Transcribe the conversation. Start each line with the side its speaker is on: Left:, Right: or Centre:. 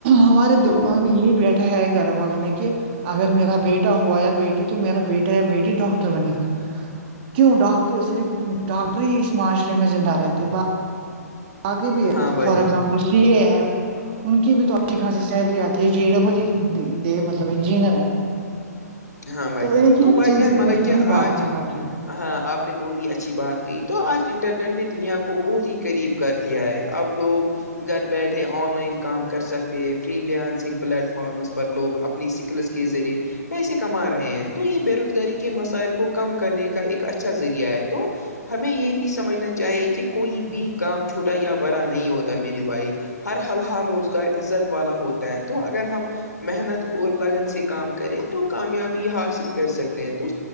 Right: ہمارے
Left: تو
Right: دماغ میں یہی بیھ ہے گھر والوں نے کہ اگر میرا بیٹا ہوا یا بیٹی تو تو میرا بیٹا یا بیٹی ڈاکٹر بنے گا کیوں ڈاکٹر صرف ڈاکٹر ہی اس معاشرے میں زندہ رہتے با آگے بھی ہے
Left: ہاں بھائی
Right: فار
Left: جان
Right: ایگزامپل سی اے ہے ان کی بھی تو اچھی خاصی سیلری آتی ہے جے ڈبل ہی دے مطلب انجینئر ہے
Left: ہاں بھائی جان
Right: ایک
Left: تو
Right: ہی
Left: بھائی
Right: چیز
Left: جان
Right: کے
Left: مطلب
Right: پیچھے
Left: کہ
Right: نہیں
Left: آج
Right: بھاگنا ہے بھائی جان
Left: ہاں آپ نے بہت ہی اچھی بات کہ تو آج انٹرنیٹ نے دنیا کو بہت ہی قریب کر دیا ہے اب لوگ گھر بیٹھے آن لائن کام کر سکتے ہیں فری لانسنگ پلیٹ فارمس پر لوگ اپنی س لس کے ذریعے پیسے کما رہے ہیں تو یہ بے روزگاری کے مسائل کو کم کرنے کا ایک اچھا ذریعہ ہے تو تو ہمیں یہ بھی سمجھنا چاہے کہ کوئی بھی کام چھوٹا یا بڑا نہیں ہوتا میرے بھائی ہر ہل ہال روزگار عزت والا ہوتا ہے تو اگر ہم محنت اور لگن سے کام کریں تو کامیابی حاصل کر سکتے ہیں تو